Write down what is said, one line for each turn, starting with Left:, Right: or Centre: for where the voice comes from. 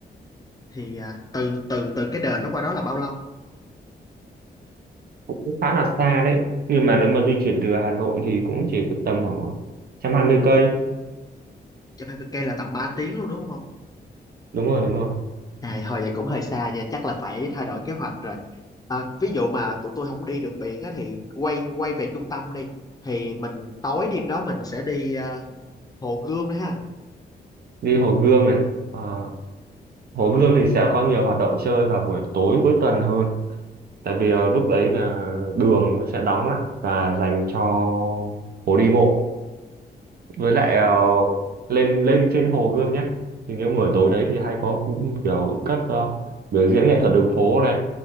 Left: Thì à, từ từ từ cái đền đó qua đó là bao lâu? một
Right: cũng khá là xa đấy nhưng mà nếu mà di chuyển từ Hà Nội thì cũng chỉ tầm khoảng 120 cây
Left: trăm hai mươi cây là tầm 3 tiếng luôn đúng không?
Right: đúng rồi đúng rồi
Left: À, thôi vậy cũng hơi xa nha, chắc là phải thay đổi kế hoạch rồi. À, ví dụ mà tụi tôi không đi được biển á thì quay quay về trung tâm đi. Thì mình tối đêm đó mình sẽ đi à, Hồ Gươm đấy ha.
Right: đi Hồ Gươm này Ờ, Hồ Gươm thì sẽ có nhiều hoạt động chơi vào buổi tối cuối tuần hơn tại vì ờ, lúc đấy là đường nó sẽ đóng lại và dành cho phố đi bộ với
Left: Wow.
Right: lại ờ, lên lên trên Hồ Gươm nhé thì những buổi tối đấy thì hay có kiểu các ờ, biểu diễn nghệ thuật đường phố này